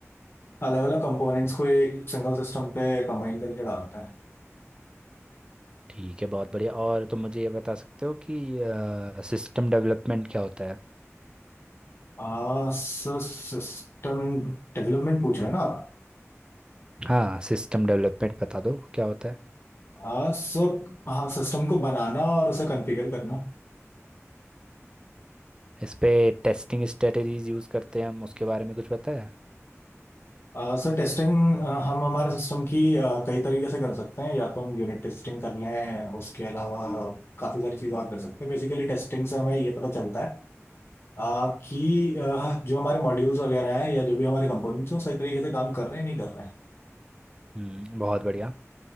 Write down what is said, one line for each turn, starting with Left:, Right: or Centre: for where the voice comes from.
Left: अलग अलग कंपोनेंट्स को एक सिंगल सिस्टम पे कंबाइन करके डालते हैं
Right: ठीक है बहुत बढ़िया और तुम मुझे ये बता सकते हो कि सिस्टम डेवलपमेंट क्या होता है
Left: आ, सर सिस्टम डेवलपमेंट पूछ रहे हैं ना आप
Right: हाँ सिस्टम डेवलपमेंट बता दो क्या होता है
Left: आ, सो हाँ सिस्टम को बनाना और उसे कॉन्फ़िगर करना
Right: इस पे टेस्टिंग स्ट्रेटेजीज यूज़ करते हैं हम उसके बारे में कुछ पता है
Left: अ, सर टेस्टिंग अ, हम हमारे सिस्टम की अ, कई तरीके से कर सकते हैं या तो हम यूनिट टेस्टिंग कर लें उसके अलावा काफ़ी सारी चीज़ और कर सकते हैं बेसिकली टेस्टिंग से हमें ये पता चलता है अ, कि अ, जो हमारे मॉड्यूल्स वगैरह हैं या जो भी हमारे कंपोनेंट्स हैं वो सही तरीके से काम कर रहे हैं नहीं कर रहे हैं
Right: हम्म बहुत बढ़िया